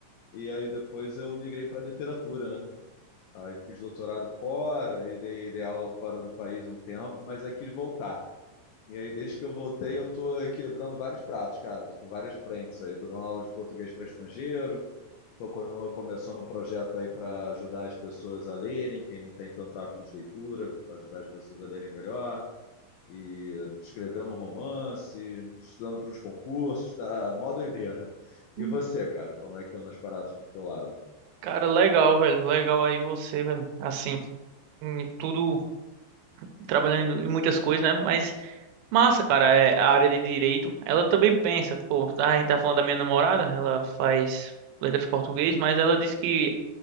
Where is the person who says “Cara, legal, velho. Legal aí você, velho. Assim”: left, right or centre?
Right